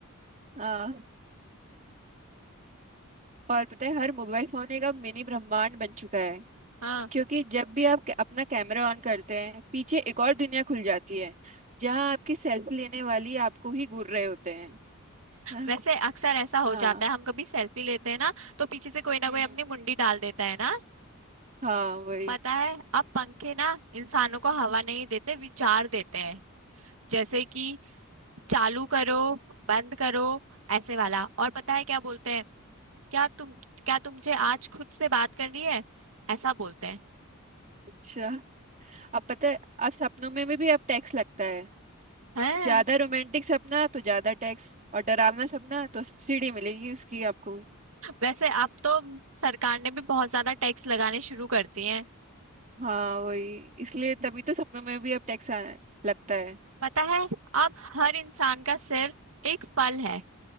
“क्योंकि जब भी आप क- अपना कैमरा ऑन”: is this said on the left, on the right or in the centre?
Right